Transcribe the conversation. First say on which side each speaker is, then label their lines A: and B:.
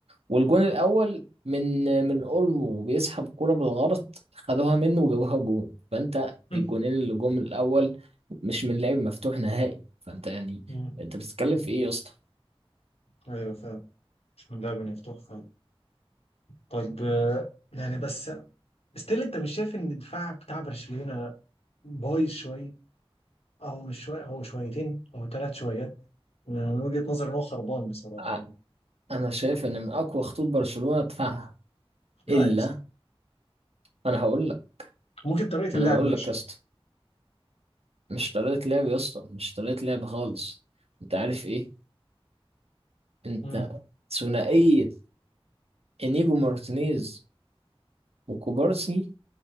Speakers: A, on the right; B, on the left.
A: والجون الاول من من اولمو بيسحب كرة بالغلط خدوها منه وجابوها جون فانت
B: <laughs>
A: الجونين
B: مم.
A: اللي جم الاول مش من لعب مفتوح نهائي فانت يعني
B: مم.
A: انت بتتكلم في ايه يا اسطى
B: أيوه فعلا مش من لعبة مفتوح فعلا طب آه، يعني بس ستيل أنت مش شايف إن الدفاع بتاع برشلونة بايظ شوية اه، هو مش شوية هو شويتين أو ثلاث شويات من وجهة نظري إن هو خربان بصراحة
A: أ-
B: يعني
A: انا شايف ان من اقوى خطوط برشلونة دفاعها
B: لا
A: الا
B: يا اسطى
A: انا هقول لك
B: ممكن طريقة
A: ما
B: اللعب
A: انا هقول
B: وحشة
A: لك يا اسطى مش طريقة لعب يا اسطى مش طريقة لعب خالص انت عارف ايه انت
B: امم
A: ثنائية انيجو مارتينيز وكوبارسي